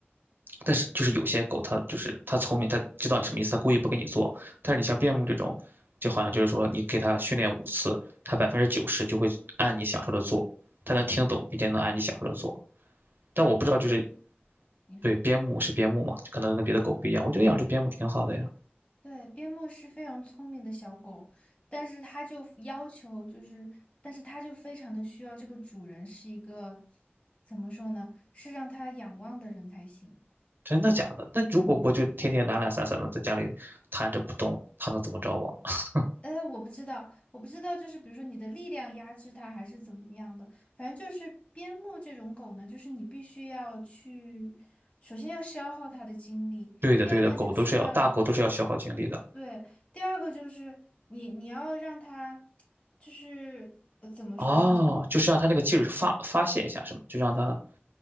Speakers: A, on the right; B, on the left.
A: 但是就是有些狗它就是它聪明，它知道你什么意思，它故意不跟你做。但是你像边牧这种，就好像就是说你给它训练五次，它百分之九十就会按你想说的做，它能听懂，并且能按你想说的做。但我不知道就是
B: 对，边，你说，
A: 对边牧是边牧嘛，就可能跟别的狗不一样。我觉得养只边牧挺好的呀，
B: 对，边牧是非常聪明的小狗，但是它就要求就是，但是它就非常的需要这个主人是一个，怎么说呢？是让它仰望的人才行。
A: 真的假的？那如果我就天天懒懒散散的在家里瘫着不动，
B: 嗯。
A: 它能怎么着我？<laughs>
B: 呃，我不知道，我不知道，就是比如说你的力量压制它，还是怎么样的。反正就是边牧这种狗呢，就是你必须要去，首先要消耗它的精力，
A: 对的，
B: 第二呢就是要，
A: 对的，狗都是要大狗都是要消耗精力的。
B: 对，第二个就是你你要让它，就是呃怎么说呢，
A: 哦，
B: 就
A: 就是让它这个劲儿发发泄一下，是吗？就让它